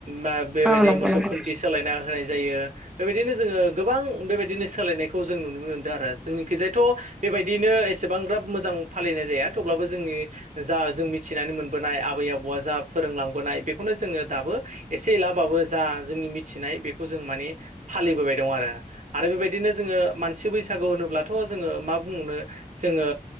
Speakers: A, on the right (about 55°); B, in the centre.
A: मा बेबायदि
B: औ नंगौ
A: मोसौ
B: नंगौ
A: खुन्थि सोलायना होनाय जायो बेबायदिनो जोङो गोबां बेबायदिनो सोलायनायखौ जों नुनो मोनदों आरो जोंनिखिजायथ' बेबायदियनो एसेबांब्राब मोजां फालिनाय जाया थेवब्लाबो जोंनि जा जों मिथिनानै मोनबोनाय आबै आबौआ जा फोरोंलांबोनाय बेखौनो जोङो दाबो एसे एलाबाबो जा जोंनि मिथिनाय बेखौ जों माने फालिबोबाय दं आरो आरो बेबायदिनो जोङो मानसि बैसागु होनोब्लाथ' जोङो मा बुंनो जोङो